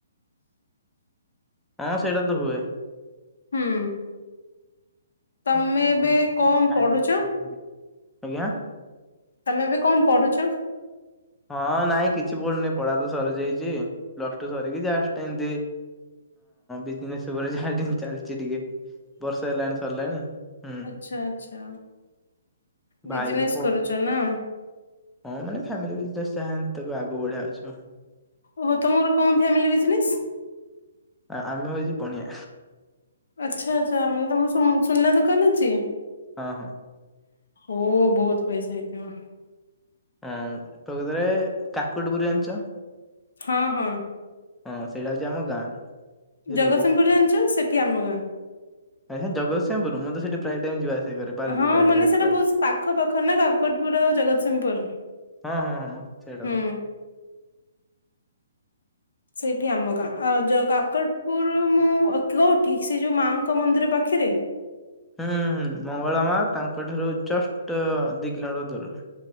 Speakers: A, in the centre; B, on the left.
A: ହଁ ସେଇଟା ତ ହୁଏ
B: ହୁଁ ତମେ
A: କମ
B: ଏବେ
A: ଦଷ
B: କଣ
A: ଟାଇମ
B: ପଢୁଛ?
A: ବି ତ ପାଉନି ଆଜ୍ଞା
B: ତମେ ବି କଣ ପଢୁଛ
A: ହଁ ନାଇଁ କିଛି ପଡୁନି ପଢା ତ ସରିଯାଇଛି ପ୍ଲସ ଟୁ ସରିକି ଯା ଏମିତି ବିଜନେସ ଉପରେ ଯାହା ଚାଲିଛି ଟିକେ ବର୍ଷା ହେଲାଣି ସରିଲାଣି ହୁଁ
B: ଆଚ୍ଛା ଆଚ୍ଛା ବିଜନେସ
A: ଭାଇ ତ
B: କରୁଛ ନା।
A: ହଁ ମାନେ ଫାମିଲି ଚା ତାକୁ ଆଗକୁ ବଢ଼ିବା
B: ଓ ତମର କଣ ଫାମିଲି ବିଯିନେସ
A: ଆମେ ହଉଛି ବଣିଆ
B: ଆଚ୍ଛା ଆଚ୍ଛା ମାନେ ତମର ସୁନ୍ ସୁନା ଦୋକାନ ଅଛି
A: ଆଉ ହଁ
B: ଓ ବହୁତ ପଇସା ହେଇଥିବ
A: ହଁ ତ କେତରେ କାକୁଟ ବୁରିଆଞ୍ଚ
B: ହଁ ହଁ
A: ହଁ ସେଇଟା ହଉଛି ଆମ ଗାଁ ବୁଝିଲ
B: ଜଗତସିଂହପୁର
A: କି
B: ଜାଣିଛ ସେଠି ଆମ ଗାଁ
A: ଆଚ୍ଛା ଜଗତସିଂହପୁର ମୁଁ ତ ସେଠି ପ୍ରାୟ ଟାଇମ ଯିବା ଆସିବା କରେ ପାରାଦୀପ
B: ହଁ
A: ଆଡେ
B: ମାନେ
A: ଏପଟ
B: ସେଟା
A: ଆଡେ
B: ବହୁସ ପାଖ ପାଖ ନା କାକଟପୁର ଆଉ ଜଗତସିଂହ ଉପର
A: ହଁ ହଁ ହଁ ସେଇଟା
B: ହୁଁ
A: ତ
B: ସେଇଠି ଆମ ଗାଁ ଆ ଯ କାକଟପୁର ମୁଁ ଅ କୋଉଠି ସେ ଯୋଉ ମାଙ୍କ ମନ୍ଦିର ପାଖରେ
A: ହୁଁ- ହୁଁ ମଙ୍ଗଳା ମା ତାଙ୍କ ଠାରୁ ଜଷ୍ଟ ଦି କିଲୋମିଟର ଦୂରରେ